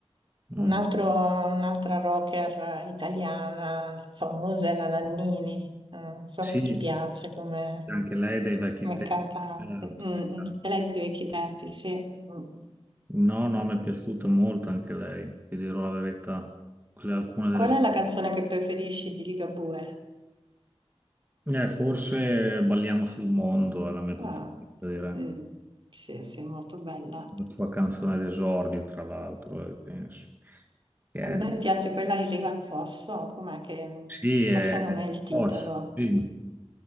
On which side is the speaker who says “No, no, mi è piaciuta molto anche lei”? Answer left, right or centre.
Right